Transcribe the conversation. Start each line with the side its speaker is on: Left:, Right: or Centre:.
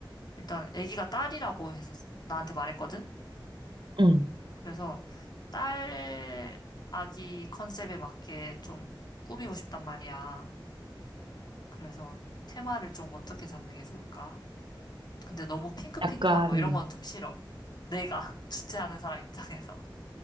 Left: 일단 아기가 딸이라고 해서 나한테 말했거든?
Right: 응.
Left: 그래서 딸 아기 컨셉에 맞게 좀 꾸미고 싶단 말이야. 그래서 테마를 좀 어떻게 잡는 게 좋을까? 근데 너무 핑크핑크한
Right: 약간,
Left: 거
Right: 음.
Left: 이런 건 좀 싫어. 내가 <laughs> 주최하는 사람 입장에서.